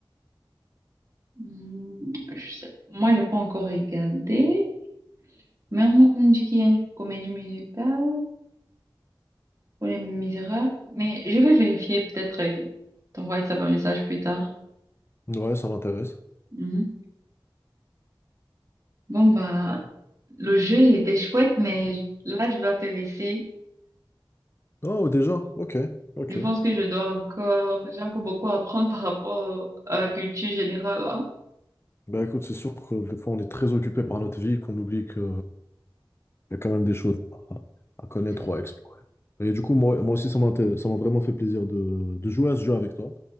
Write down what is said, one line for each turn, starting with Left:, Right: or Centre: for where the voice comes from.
Right: Hmm, je sais. Moi, j'ai pas encore regardé, mais on m'a quand même dit qu'il y a une comédie musicale pour Les Misérables. Mais je vais vérifier peut-être et t'envoyer ça par message plus tard.
Left: Ouais, ça m'intéresse.
Right: Mhm. Bon, bah, le jeu, il était chouette, mais là, je dois te laisser.
Left: Oh, déjà, ok, ok.
Right: Je pense que je dois encore, j'ai encore beaucoup à apprendre par rapport à la culture générale, là.
Left: Bah écoute, c'est sûr que des fois on est très occupé par notre vie qu'on oublie qu'il y a quand même des choses à, à connaître
Right: Ouais.
Left: ou à explorer. Et du coup, moi, moi aussi, ça m'a inté- ça m'a vraiment fait plaisir de, de jouer à ce jeu avec toi.